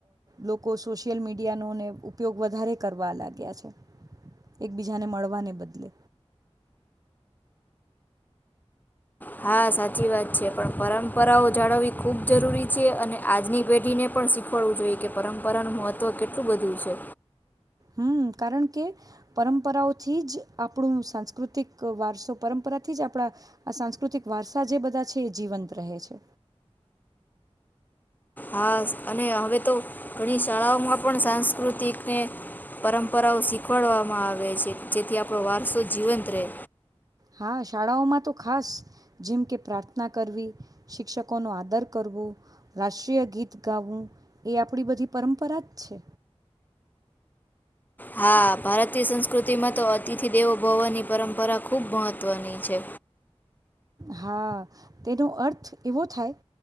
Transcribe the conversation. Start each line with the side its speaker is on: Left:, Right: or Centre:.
Right: લોકો સોશિયલ મીડિયાનોને ઉપયોગ વધારે કરવા લાગ્યા છે. એકબીજાને મળવાને બદલે.
Left: હા સાચી વાત છે, પણ પરંપરાઓ જાળવવી ખૂબ જરૂરી છે અને આજની પેઢીને પણ શીખવાડવું જોઈએ કે પરંપરાનું મહત્ત્વ કેટલું બધું છે.
Right: હમમ, કારણ કે પરંપરાઓથી જ આપણું સાંસ્કૃતિક વારસો પરંપરાથી જ આપણા આ સાંસ્કૃતિક વારસા જે બધા છે એ જીવંત રહે છે.
Left: હા અને હવે તો ઘણી શાળાઓમાં પણ સાંસ્કૃતિકને પરંપરાઓ શીખવાડવામાં આવે છે જેથી આપણો વારસો જીવંત રહે.
Right: હા શાળાઓમાં તો ખાસ જેમ કે પ્રાર્થના કરવી, શિક્ષકોનો આદર કરવો, રાષ્ટ્રીય ગીત ગાવવું એ આપણી બધી પરંપરા જ છે.
Left: હા ભારતીય સંસ્કૃતિમાં તો અતિથિ દેવો ભવની પરંપરા ખૂબ મહત્વની છે.
Right: હા તેનો અર્થ એવો થાય